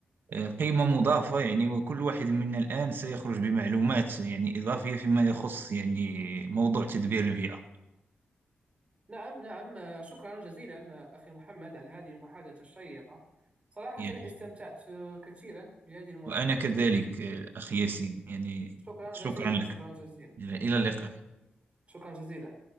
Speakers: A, on the right (about 75°); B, on the right (about 35°).
A: آه، قيمة مضافة يعني وكل واحد منا الآن سيخرج بمعلومات يعني إضافية فيما يخص يعني موضوع تدبير البيئة
B: نعم نعم آه، شكرا جزيلا آه، أخي محمد على هذه المحادثة الشيقة صراحة
A: يعني
B: استمتعت آه، كثيرا بهذه المحادثة
A: وأنا كذلك آه، أخي ياسين يعني
B: شكرا
A: شكرا
B: جزيلا
A: لك
B: شكرا جزيلا
A: إلى اللقاء
B: شكرا جزيلا